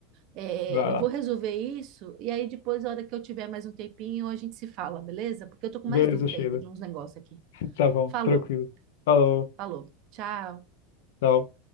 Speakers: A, on the right; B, on the left.
A: É,
B: Vai
A: eu
B: lá.
A: vou resolver isso e aí depois, na hora que eu tiver mais um tempinho, a gente se fala, beleza? Porque eu tô com
B: Beleza,
A: mais dúvida
B: Sheila.
A: ainda de uns negócios aqui.
B: <laughs> Tá bom,
A: Falou,
B: tranquilo. Falou,
A: falou. Tchau.
B: tchau.